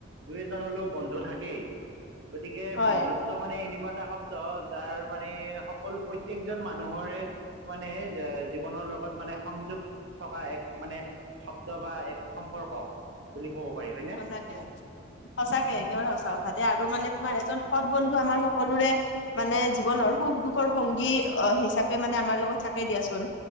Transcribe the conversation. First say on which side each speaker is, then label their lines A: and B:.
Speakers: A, on the right; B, on the left.
A: দুই এজন হলেও বন্ধু থাকেই। গতিকে
B: হয়
A: বন্ধুত্ব মানে এনেকুৱা এটা শব্দ যাৰ মানে সকলো প্ৰত্যেকজন মানুহৰে মানে ওহ জীৱনৰ লগত মানে সংযোগ থকা এক মানে শব্দ বা এক সম্পৰ্ক বুলি ক'ব পাৰি হয়নে
B: সঁচাকে সঁচাকে একেবাৰে সঁচা কথা। আৰু মানে তোমাৰ এজন সৎ বন্ধু আমাৰ সকলোৰে মানে জীৱনৰ সুখ দুখৰ ভংগী অ' হিচাপে মানে আমাৰ লগত থাকে দিয়াচোন।